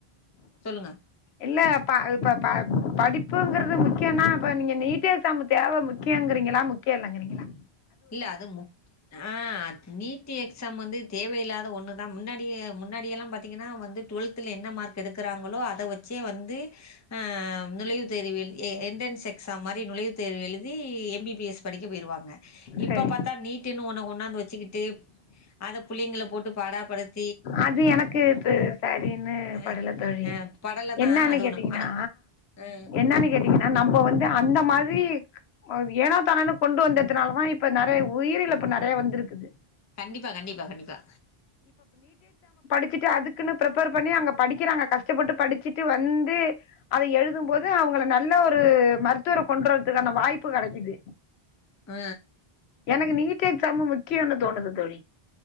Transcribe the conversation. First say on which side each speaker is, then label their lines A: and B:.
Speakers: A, on the left (about 25°); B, on the left (about 80°).
A: சொல்லுங்க
B: இல்ல ப்ப இப்ப ப படிப்புங்குறது முக்கியனா அப்ப நீங்க நீட்டு எக்ஸாம் தேவ முக்கியங்றிங்களா முக்கிய இல்லங்கறிங்களா
A: இல்ல அது முக் ஆ நீட்டு எக்ஸாம் வந்து தேவையில்லாத ஒன்னுதா முன்னாடியே முன்னாடியெல்லா பாத்திங்கனா வந்து டுவெல்த்துல என்ன மார்க் எடுக்குறாங்களோ அத வெச்சே வந்து ஆ நுழைவுத் தேர்வு எழு எ என்ட்ரன்ஸ் எக்ஸாம் மாரி நுழைவுத் தேர்வு எழுதி எம் பி பி எஸ் படிக்க போய்ருவாங்க இப்ப
B: சரி
A: பாத்தா நீ ட்டுனு ஒன்ன கொண்டாந்து வச்சுக்கிட்டு அத புள்ளைங்கள போட்டு பாடாப்படுத்
B: அது எனக்கு து சரின்னு
A: ஆ
B: படல தோழி
A: ஆ படலதா
B: என்னான்னு
A: அது
B: கேட்டிங்னா
A: ஒண்ணு மன ஆ
B: என்னான்னு கேட்டிங்னா நம்ப வந்து அந்த மாரி க் ஏனா தானோன்னு கொண்டு வந்தத்துனாலதா இப்ப நறை உயிரிழப்பு நறைய வந்துருக்குது
A: கண்டிப்பா கண்டிப்பா கண்டிப்பா
B: ச்சுட்டு அதுக்குன்னு ப்ரிப்பேர் பண்ணி அங்க படிக்கிறாங்க கஷ்டப்பட்டு படிச்சுட்டு வந்து அத எழுதும்போது அவங்கள நல்ல ஒரு மருத்துவர் கொண்டுவரத்துகான வாய்ப்பு கெடைக்கிது
A: ஆ
B: எனக்கு நீட்டு எக்ஸாமு முக்கியோனு தோணுது தோழி